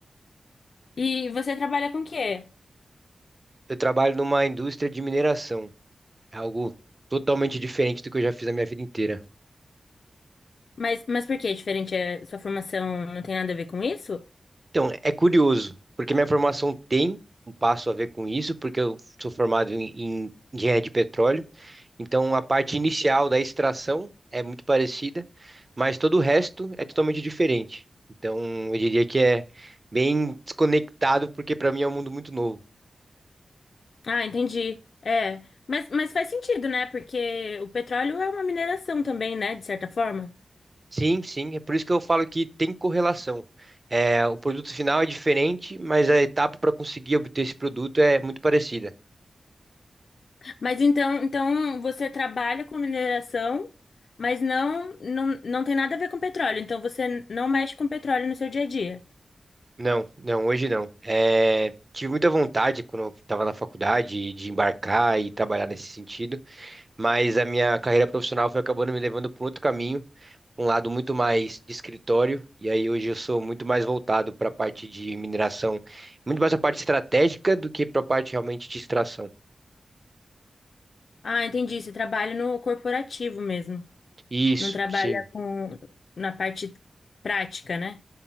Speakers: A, on the left (about 60°); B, on the right (about 25°).
A: E você trabalha com o quê?
B: Eu trabalho numa indústria de mineração, é algo totalmente diferente do que eu já fiz a minha vida inteira.
A: Mas, mas por que é diferente? É, sua formação não tem nada a ver com isso?
B: Então, é curioso, porque minha formação tem um passo a ver com isso, porque eu sou formado em, em engenharia de petróleo. Então a parte inicial da extração é muito parecida, mas todo o resto é totalmente diferente. Então eu diria que é bem desconectado, porque para mim é um mundo muito novo.
A: Ah, entendi. É, mas, mas faz sentido, né? Porque o petróleo é uma mineração também, né? De certa forma.
B: Sim, sim, é por isso que eu falo que tem correlação. É, o produto final é diferente, mas a etapa para conseguir obter esse produto é muito parecida.
A: Mas então, então você trabalha com mineração, mas não, não, não tem nada a ver com petróleo. Então você não mexe com petróleo no seu dia a dia.
B: Não, não, hoje não. É, tive muita vontade quando eu estava na faculdade de embarcar e trabalhar nesse sentido, mas a minha carreira profissional foi acabando me levando para outro caminho um lado muito mais de escritório, e aí hoje eu sou muito mais voltado para a parte de mineração, muito mais a parte estratégica do que para a parte realmente de extração.
A: Ah, entendi. Você trabalha no corporativo mesmo.
B: Isso,
A: Não trabalha
B: sim.
A: com na parte prática, né?